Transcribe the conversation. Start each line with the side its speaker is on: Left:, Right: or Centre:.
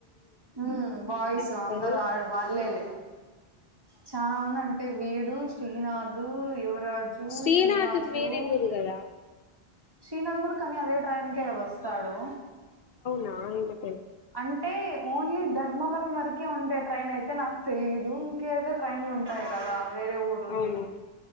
Right: ఉమ్ బాయస్
Left: ఒకరు
Right: అందరూ వాళ్లేలే చానా మంది అంటే వీడు శ్రీనాథు యువ రాజు
Left: శ్రీనాథ్ది
Right: శ్రీనివాసులు
Left: వేరే ఊరు కదా
Right: శ్రీనాథ్ కూడా కానీ అదే ట్రైన్కే వస్తాడు
Left: నాంగు
Right: అంటే ఓన్లీ ద ధర్మవరం వరకే ఉండే ట్రైన్ అయితే నాకు తెలీదు ఇంకేదో ట్రైన్లు ఉంటాయి కదా వేరే ఊరుది
Left: అవునా